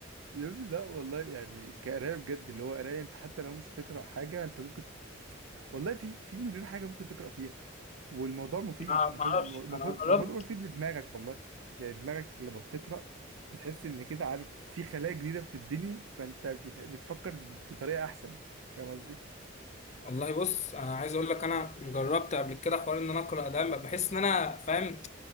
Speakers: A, on the right; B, on the left.
A: يا ابني لا والله يعني كقراية بجد اللي هو قراية انت حتى لو مش هتقرأ حاجة انت ممكن والله في في مليون حاجة ممكن تقرأ فيها والموضوع مفيد
B: انا ما
A: المفروض
B: اعرفش
A: المفروض
B: انا
A: المفروض
B: جربت
A: يبقى مفيد لدماغك والله يعني دماغك لما بتقرأ بتحس ان كده عارف في خلايا جديدة بتتبني فانت بت- بتفكر بطريقة احسن فاهم قصدي؟
B: والله بص انا عايز اقول لك انا جربت قبل كده حوار ان انا اقرا ده بحس ان انا فاهم